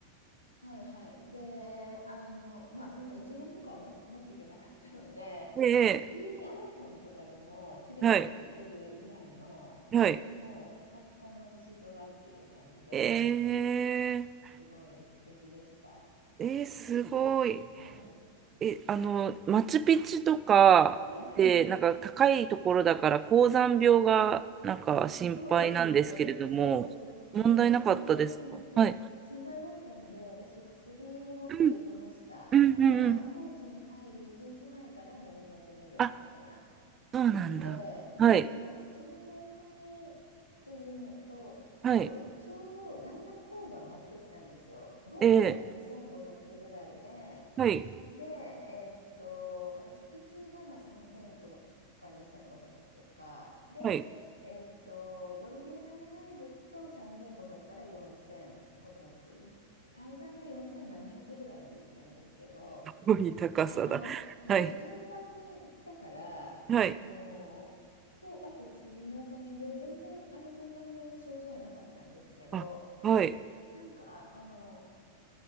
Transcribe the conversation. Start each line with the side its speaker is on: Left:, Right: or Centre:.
Left: はいはい。で、あの、まあ、そんな一眼とかはも持っていけなかったので、
Right: ね。
Left: 普通に
Right: ええ
Left: iPhone とかでも綺麗に撮れるぐらいの、
Right: はい、はい。
Left: もうピカピカの星空っていう感じで、
Right: ええ
Left: すごい素敵でした。
Right: えー、すごい。
Left: はい。
Right: え、あの、マチュピチュとかで、
Left: はいはい。
Right: なんか高いところだから高山病がなんか心配なんですけれども、
Left: あ、そうですよね。そうそうそうそう。
Right: 問題なかったですかはい。
Left: 私もしん、いや、心配だったんで、私薬持っていきました。
Right: うんうんうんうん。
Left: なんか、高知に入る1日前から飲み始めるみたいな。
Right: あ、そうなんだ。
Left: 薬で、で、
Right: はい、
Left: その薬のおかげっていうのと、
Right: はい。
Left: あと、ちょうどだんだん高度上がってったんですよ。ボゴタが2500ぐらいで、
Right: ええはい、
Left: で、えーっと、マチュピチュがまあ3000とか2500とか、で、
Right: はい。
Left: えーっと、ボリビアに入ると3500から4500、よ最大で4700ぐらいまで行ったんですけど、
Right: ごい高さだ。
Left: あの、順、
Right: はい、
Left: 順番に行ったから、
Right: はい、
Left: あの、と、あと薬のおかげで、全然、あの、高山病の症状はなかったんですけど、
Right: あ、はい、
Left: なんか、あの、